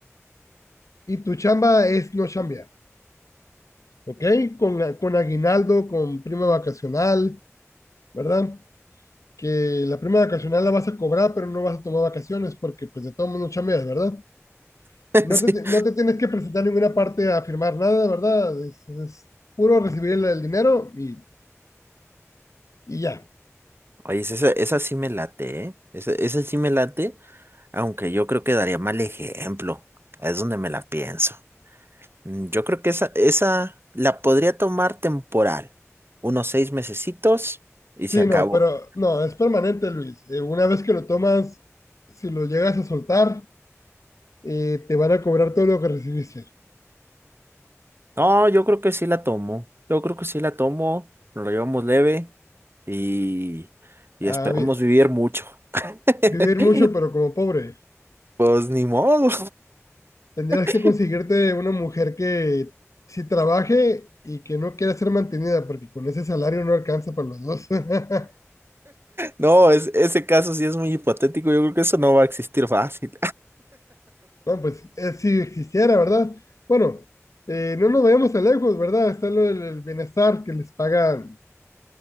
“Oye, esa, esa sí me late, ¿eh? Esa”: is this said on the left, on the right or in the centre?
Right